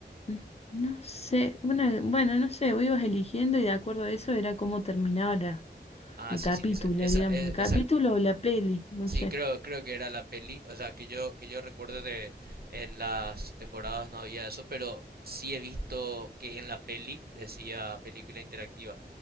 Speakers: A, on the left; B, on the right.
A: n- no sé, una- bueno, no sé, vos ibas eligiendo y de acuerdo a eso era cómo terminaba la,
B: Ah,
A: el
B: sí,
A: capítulo,
B: sí, esa, esa,
A: digamos,
B: e-
A: el capítulo
B: esa
A: o la peli, no
B: Sí,
A: sé.
B: creo, creo que era la peli, o sea, que yo, que yo recuerdo de en las temporadas no había eso, pero sí he visto que en la peli decía película interactiva.